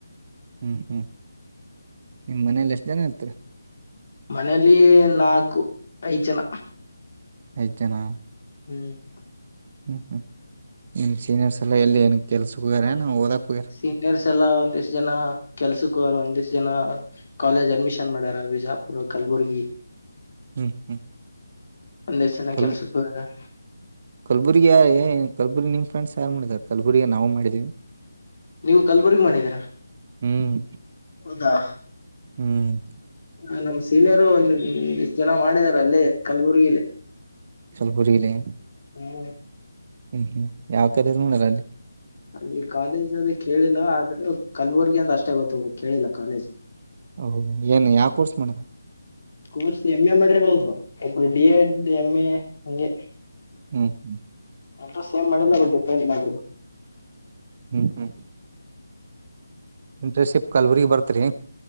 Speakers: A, on the right; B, on the left.
A: ಹ್ಮ್ ಹ್ಮ್ ನಿಮ್ ಮನೇಲಿ ಎಷ್ಟ ಜನ ಇರತ್ತಿರ್
B: ಮನೇಲಿ ನಾಕು ಐದ್ ಜನ
A: ಐದ ಜನ್
B: ಹ್ಮ್
A: ಹ್ಮ್ ಹ್ಮ್ ನಿಮ್ಮ್ ಸೀನಿಯರ್ಸ್ ಎಲ್ಲ್ ಎಲ್ಲಿ ಏನ್ ಕೆಲ್ಸ ಹೋಗ್ಯಾರೇನ್ ಓದಕ್ ಹೋಗ್ಯಾರ
B: ಸೀನಿಯರ್ಸ್ ಎಲ್ಲಾ ಒಂದಿಷ್ಟ ಜನ ಕೆಲ್ಸಕ್ಕ ಹೋಗ್ಯರ್ ಒಂದಿಷ್ಟ ಜನ ಕಾಲೇಜ್ ಅಡ್ಮಿಷನ್ ಮಾಡ್ಯಾರ ವಿಜಾಪುರ್ ಕಲಬುರ್ಗಿ
A: ಹ್ಮ್ ಹ್ಮ್
B: ಒಂದಷ್ಟ ಜನ
A: ಕಲ್
B: ಕೆಲ್ಸಕ್ಕ ಹೋಗ್ಯರ್
A: ಕಲ್ಬುರ್ಗಿ ಯ ಕಲಬುರಗಿ ನಿಮ್ಮ ಫ್ರೆಂಡ್ಸ್ ಯಾರ ಮಾಡಿದ್ದಾರೆ ಕಲಬುರಗಿ ನಾವು ಮಾಡಿದೀವಿ
B: ನೀವು ಕಲ್ಬುರ್ಗಿ ಮಾಡಿದ್ದೀರಾ
A: ಹ್ಮ್
B: ಹೌದಾ
A: ಹ್ಮ್
B: ಹಾ ನಮ್ ಸೀನಿಯರು ಒಂದಿಷ್ಟ್ ಜನ ಮಾಡಿದಾರ ಅಲ್ಲೇ ಕಲಬುರ್ಗಿಲಿ
A: ಕಲ್ಬುರ್ಗಿಲಿ
B: ಹಾ
A: ಹ್ಮ್ ಹ್ಮ್ ಯಾವ್ ಕಾಲೇಜ್ ಮಾಡರ ಅಲ್ಲಿ
B: ಅಲ್ಲಿ ಕಾಲೇಜ್ ಅದ ಕೇಳಿಲ್ಲ ಆದ್ರ ಕಲಬುರ್ಗಿ ಅಂತ ಅಷ್ಟೇ ಗೊತ್ತುಬುಡು ಕೇಳಿಲ್ಲ ಕಾಲೇಜ್
A: ಹೌದನ್ ಏನ್ ಯಾವ ಕೋರ್ಸ್ ಮಾಡೇನ್
B: ಕೋರ್ಸ್ ಎಮ್ ಎ ಮಾಡ್ರಿಬಹುದ್ ಒಬ್ಬರ್ ಡಿ ಎಡ್ ಎಮ್ ಎ ಹಂಗೆ
A: ಹ್ಮ್ ಹ್ಮ
B: ಎಲ್ ಸೇಮ್ ಮಾಡಿಲ್ಲ ಬಟ್ ಡಿಫ್ರೆಂಟ್ ಮಾಡಿರ..
A: ಹ್ಮ್ ಹ್ಮ್ ಇಂಟರ್ನ್ಶಿಪ್ ಕಲ್ಬುರ್ಗಿ ಬರ್ತ್ರಿ